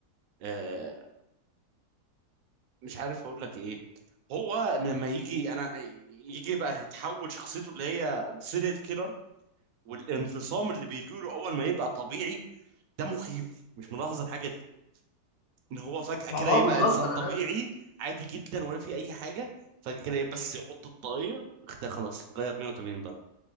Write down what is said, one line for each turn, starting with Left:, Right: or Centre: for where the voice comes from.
Right: آه مش عارف اقول لك ايه هو لما يجي انا يجي بقى يتحول شخصيته اللي هي سيريال كيلر والانفصام اللي بيجي له اول ما يبقى طبيعي ده مخيف مش ملاحظ الحاجة دي ان هو فجأة كده
Left: ما هو
Right: يبقى
Left: اه بالظبط
Right: انسان
Left: انا
Right: طبيعي
Left: ده
Right: عادي جدا ولا في اي حاجة فجأة كده بس يحط الطاقية اختها خلاص اتغير 180 درجة